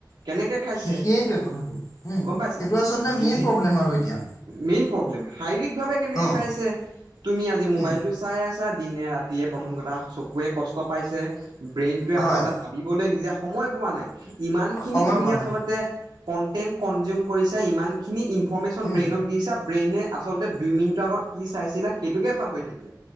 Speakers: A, on the right; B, on the left.
A: কেনেকে খাইছে
B: সে- সেইটোৱে কথাটো, উম,
A: গম পাইছা
B: সেইটো আচলতে
A: ডিজি
B: মেইন প্ৰব্লেম আৰু এতিয়া,
A: মেইন প্ৰব্লেম শাৰীৰিক ভাৱে কেনেকে
B: অ',
A: খাইছে। তুমি আজি মোবাইলতটো
B: উম,
A: চাই আছা। দিনে ৰাতিয়ে প্ৰথম কথা চকুৱে কষ্ট পাইছে ব্ৰেইন টোৱে
B: হয়,
A: আচলতে ভাবিবলৈ নিজে সময় পোৱা নাই। ইমান খিনি
B: সময়
A: তুমি
B: পোৱা
A: আচলতে
B: নাই, হয়,
A: কনটেন্ট কনজিউম কৰিছা, ইমান খিনি ইনফৰমেশচন
B: উম,
A: ব্ৰেইনক দিছা ব্ৰেইনে আচল্ততে দুই মিনিটৰ আগত কি চাইছিলা সেইটোকে পাহৰি থাকিলে।